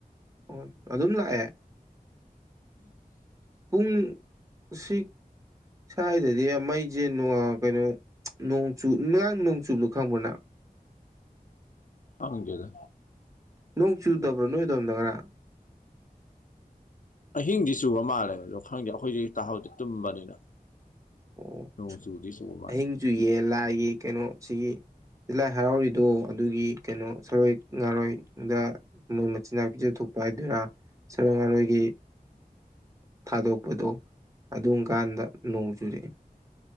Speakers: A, on the right; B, on the left.
A: ꯑꯣ ꯑꯗꯨꯝ ꯂꯥꯛꯑꯦ
B: <inaudible>
A: ꯄꯨꯡꯁꯤꯛ ꯁ꯭ꯋꯥꯏꯗꯗꯤ ꯃꯩꯁꯦ ꯀꯩꯅꯣ ꯅꯣꯡꯆꯨ ꯑꯥꯉꯥꯡ ꯅꯣꯡꯆꯨꯕꯗꯣ ꯈꯪꯕ ꯅꯪ
B: ꯈꯪꯗꯦꯗ
A: ꯅꯣꯡ ꯆꯨꯗꯕ꯭ꯔꯣ ꯅꯣꯏꯗꯣꯝꯗ ꯉꯔꯥꯡ
B: ꯑꯍꯤꯡꯗꯤ ꯆꯨꯕ ꯃꯥꯜꯂꯦ ꯑꯗꯣ ꯈꯪꯗꯦ ꯑꯩꯈꯣꯏꯗꯤ ꯇꯥꯛꯍꯥꯎꯗꯤ ꯇꯨꯝꯕꯅꯤꯅ
A: ꯑꯣ
B: ꯅꯣꯡ ꯆꯨꯗꯤ ꯆꯨꯕ ꯃꯥꯂꯤ
A: ꯑꯍꯤꯡ ꯆꯨꯏꯌꯦ ꯂꯥꯏꯒꯤ ꯀꯩꯅꯣ ꯁꯤꯒꯤ ꯂꯥꯏ ꯍꯔꯥꯎꯔꯤꯗꯣ ꯑꯗꯨꯒꯤ ꯀꯩꯅꯣ ꯁꯔꯣꯏ ꯉꯥꯔꯣꯏꯗ ꯃꯣꯏ ꯃꯆꯤꯟꯅꯥꯥꯛꯎ ꯄꯤꯖ ꯊꯣꯛꯄ ꯍꯥꯏꯔꯥ ꯁꯔꯣꯏ ꯉꯥꯔꯣꯏꯒꯤ ꯊꯥꯗꯣꯛꯄꯗꯣ
B: ꯎꯝ
A: ꯑꯗꯨꯝ ꯀꯥꯟꯗ ꯅꯣꯡ ꯆꯨꯔꯛꯑꯦ